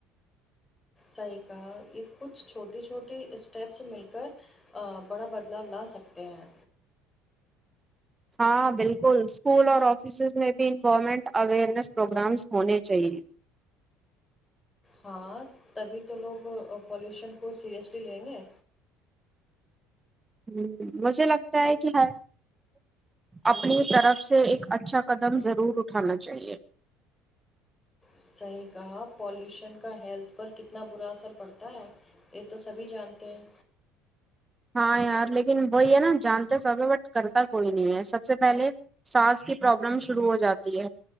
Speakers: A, on the left (about 20°); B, on the right (about 20°).
A: صحیح کہا یہ کچھ چھوٹی چھوٹی اسٹیپس مل کر بڑا بدلاؤ لا سکتے ہیں
B: ہاں بالکل اسکول اور آفسز میں بھی انوورمنٹ اویئرنیس پروگرامس ہونے چاہیے
A: ہاں تبھی تو لوگ پالیوشن کو سیریسلی لیں گے
B: ہوں مجھے لگتا ہے کہ ہر اپنی طرف سے ایک اچھا قدم ضرور اٹھانا چاہیے
A: صحیح کہا پالیوشن کا ہیلتھ پر کتنا برا اثر پڑتا ہے یہ تو سبھی جانتے ہیں
B: ہاں یار لیکن وہی ہے ناں جانتے سب ہے بٹ کرتا کوئی نہیں ہے سب سے پہلے سانس کی پرابلم شروع ہوجاتی ہے